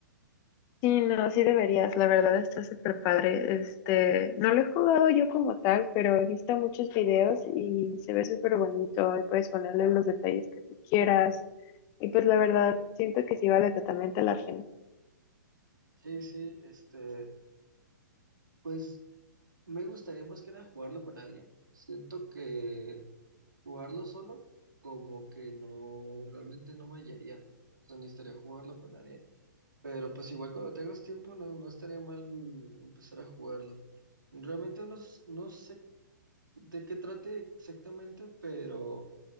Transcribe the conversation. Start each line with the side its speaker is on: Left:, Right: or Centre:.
Left: Sí, no, sí deberías, la verdad está súper padre. Este, no lo he jugado yo como tal, pero he visto muchos videos y se ve súper bonito y puedes ponerle los detalles que tú quieras. Y pues la verdad, siento que sí vale totalmente la pena.
Right: Sí, sí, este, pues me gustaría más que nada jugarlo con alguien. Siento que jugarlo solo como que no, realmente no me hallaría, o sea, necesitaría jugarlo con alguien. Pero pues igual cuando tengas tiempo no, no estaría mal empezar a jugarlo. Realmente no, s- no sé de qué trate exactamente, pero